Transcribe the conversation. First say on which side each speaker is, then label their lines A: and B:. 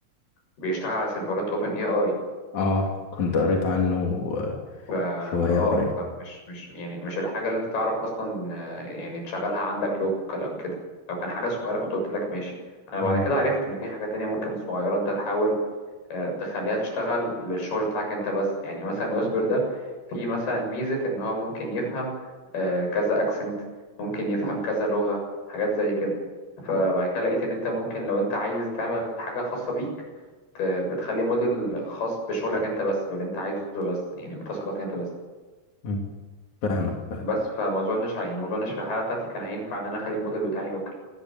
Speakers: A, on the left; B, on the left.
A: بيشتغل على سيرفرات اوبن اي اي
B: اه كنت قريت عنه آه،
A: فا
B: شوية
A: اه
B: قريب
A: فمش مش يعني مش الحاجة اللي انت تعرف اصلا آه، يعني تشغلها عندك لوكال او كده لو كان حاجة صغيرة كنت قلت لك ماشي انا بعد
B: مم.
A: كده عرفت ان في حاجة تانية ممكن صغيرة انت تحاول آه، تخليها تشتغل للشغل بتاعك انت بس يعني مثلا ويسبر ده في مثلا ميزة ان هو ممكن يفهم آه، كذا اكسنت ممكن يفهم كذا لغة حاجات زي كده فبعد كده لقيت ان انت ممكن لو انت عايز تعمل حاجة خاصة بيك ت- بتخلي موديل خاص بشغلك انت بس باللي انت عايزه بس يعني بالتاسك بتاعتك انت بس
B: مم. فاهمك فاهم
A: بس فما اظنش يعني ما اظنش في الحاله بتاعتي كان هينفع ان انا اخلي الموديل بتاعي لوكال